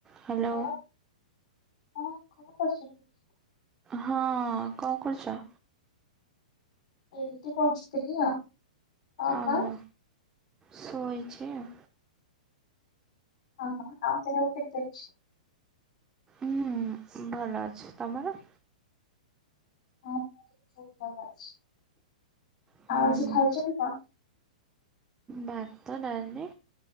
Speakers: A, on the right; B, on the left.
A: Hello
B: hello ହଁ କଣ କରୁଛନ୍ତି।
A: ହଁ, କଣ କରୁଛ?
B: ଏଇଠି ପହଞ୍ଚିଥିଲି ଆଉ
A: ଓହୋ
B: ଙ୍କ
A: ଶୋଇଛି ଆଉ।
B: ହଁ, ହଁ ଆଉ ଦେହ କେମତି ଅଛି।
A: ଉଁ ଭଲ ଅଛୁ ତମର।
B: ହଁ ବହୁତ ଭଲ ଅଛି
A: ହୁଁ
B: ଆଉ ଆଜି ଖାଇଛନ୍ତି କଣ?
A: ଭାତ ଡାଲି